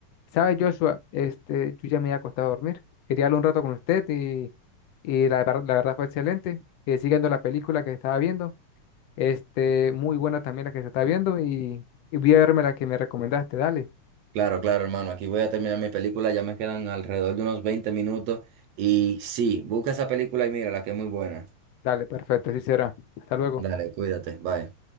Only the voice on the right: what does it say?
Claro, claro, hermano. Aquí voy a terminar mi película. Ya me quedan alrededor de unos 20 minutos. Y sí, busca esa película y mírala, que es muy buena.
Dale, cuídate. Bye.